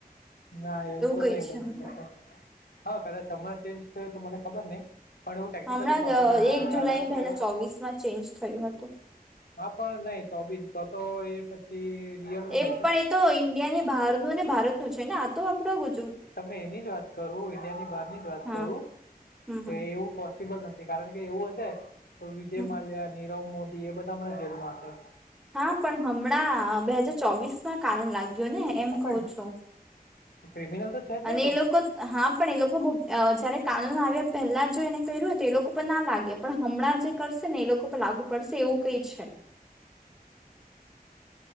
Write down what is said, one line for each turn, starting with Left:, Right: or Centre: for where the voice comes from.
Left: ના એવું તો
Centre: કઈ
Left: નહી
Centre: છે
Left: બની
Centre: હમણાં.
Left: શકે હા. કદાચ હમણાં ચેન્જ થયો તો મને ખબર નહી. પણ એવું ટેકનિકલી
Centre: હમણાં
Left: પોસિબલ
Centre: જ
Left: નથી.
Centre: એક
Left: કારણ
Centre: જુલાઈ બે
Left: કે.
Centre: હજાર ચોવીસ માં ચેન્જ થયું હતું.
Left: હા પણ નહી તો બીન તો તો એ પછી રિયલ નહીં
Centre: એ
Left: હશે.
Centre: પણ એ તો ઈન્ડિયા ની બહારનું અને ભારતનુંું છે ને આ તો આપડું.
Left: તમે એની જ વાત કરો, ઈન્ડિયા ની બહાર ની જ વાત.
Centre: હા
Left: કરું
Centre: હમ હમ
Left: કે એવું બલ નથી કારણ કે. એવું હત તો વિજય
Centre: હમ
Left: માલ્યા નીરવ મોદી એ બધા હમણાં જેલમાં હતા
Centre: હા પણ હમણાં બે હાજાર ચોવીસ માં કાનૂન લાગ્યો ને એમ
Left: હા,
Centre: કવ
Left: પણ
Centre: છું.
Left: ક્રિમિનલ તો છે જ ને
Centre: અને એ લોકો હા પણ એ લોકો બ જયારે કાનૂન આવ્યા પહેલા જો એને કર્યું હોને તો એ લોકો પર ના લાગે પણ હમણાં જે કરશે ને એ લોકો પર લાગુ પડશે. એવું કઈ છે.